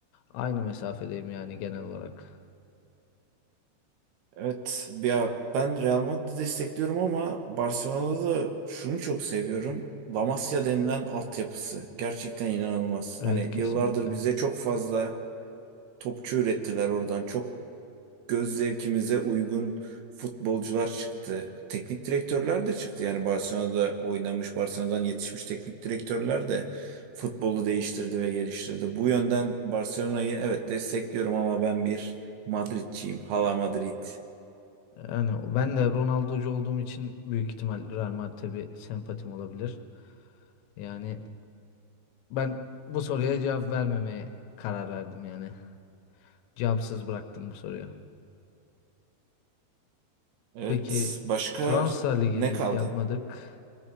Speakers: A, on the left (about 90°); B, on the right (about 70°).
A: aynı mesafedeyim yani genel olarak.
B: Evet, ya ben Real Madrid'i destekliyorum ama Barcelona'da da şunu çok seviyorum. La Masia denilen altyapısı gerçekten inanılmaz.
A: Evet
B: Hani
A: kesinlikle.
B: yıllardır bize çok fazla Topçu ürettiler oradan. Çok göz zevkimize uygun futbolcular çıktı. Teknik direktörler de çıktı. Yani Barcelona'da oynamış, Barcelona'dan yetişmiş teknik direktörler de futbolu değiştirdi ve geliştirdi. Bu yönden Barcelona'yı evet destekliyorum ama ben bir Madridçiyim. Hala Madrid.
A: Yani o- ben de Ronaldo'cu olduğum için büyük ihtimal Real Madrid'e bir sempatim olabilir. Yani ben bu soruya cevap vermemeye karar verdim yani. Cevapsız bıraktım bu soruyu.
B: Evet,
A: Peki
B: başka
A: Fransa Ligi'ni
B: ne kaldı?
A: yapmadık.